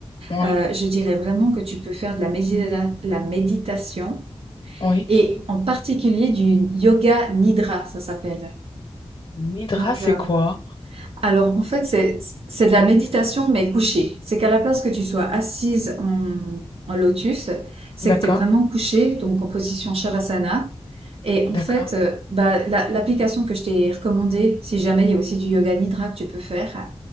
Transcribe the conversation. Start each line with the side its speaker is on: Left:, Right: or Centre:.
Left: oui,
Right: euh, je dirais vraiment que tu peux faire de la, médita- la méditation
Left: oui.
Right: et en particulier du yoga nidra, ça s'appelle.
Left: Nidra,
Right: Donc,
Left: c'est
Right: euh,
Left: quoi?
Right: alors, en fait, c'est c'est de la méditation, mais couchée. C'est qu'à la place que tu sois assise en, en lotus, c'est
Left: D'accord,
Right: que tu es vraiment couché, donc en position Shavasana. Et en
Left: d'accord.
Right: fait, euh, bah, la- l'application que je t'ai recommandée, si jamais il y a aussi du yoga nidra que tu peux faire.